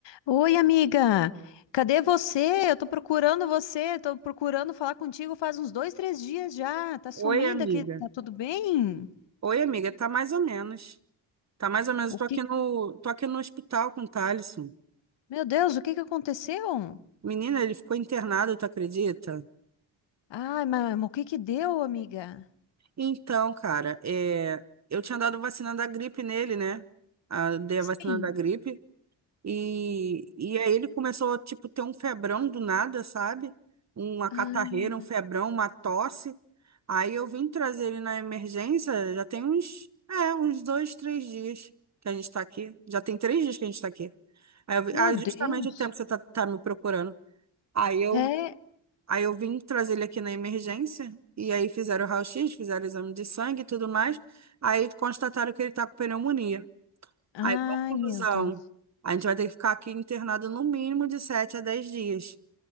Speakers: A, on the left; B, on the right.
A: Oi, amiga! Cadê você? Eu tô procurando você, tô procurando falar contigo faz uns dois, três dias já. Tá sumida
B: Oi, amiga.
A: aqui, tá tudo bem?
B: Oi, amiga, tá mais ou menos. Tá mais ou menos.
A: O
B: Eu Tô
A: que?
B: aqui no, tô aqui no hospital com o Thaleson.
A: Meu Deus, o que que aconteceu?
B: Menina, ele ficou internado, tu acredita?
A: Ai, mas, o que que deu, amiga?
B: Então, cara, é, eu tinha dado vacina da gripe nele, né? A, dei
A: Sim.
B: a vacina da gripe. E, e aí ele começou a, tipo, ter um febrão do nada, sabe? Uma catarreira,
A: Ah,
B: um febrão, uma tosse. Aí eu vim trazer ele na emergência, já tem uns, é, uns dois, três dias que a gente tá aqui. Já tem três dias que a gente tá aqui. Aí eu, vi-
A: meu
B: ah,
A: Deus.
B: justamente o tempo que você tá, tá me procurando. Aí eu,
A: É.
B: aí eu vim trazer ele aqui na emergência, e aí fizeram o raio-x, fizeram o exame de sangue e tudo mais. Aí constataram que ele tá com pneumonia.
A: Ai,
B: Aí, conclusão.
A: meu Deus.
B: A gente vai ter que ficar aqui internado no mínimo de 7 a 10 dias.